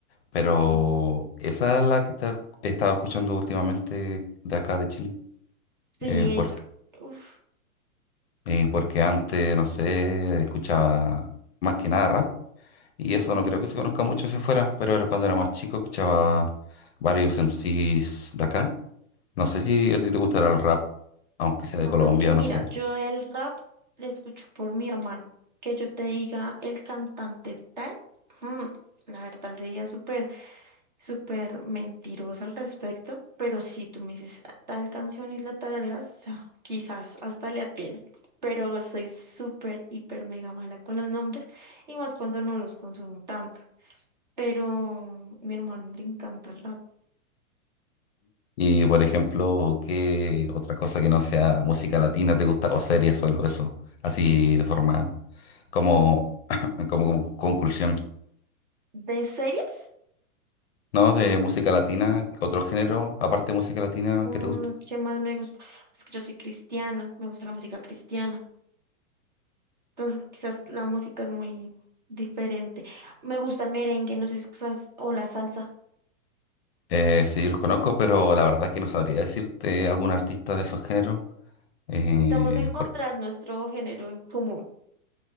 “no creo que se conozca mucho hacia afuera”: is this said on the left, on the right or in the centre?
Left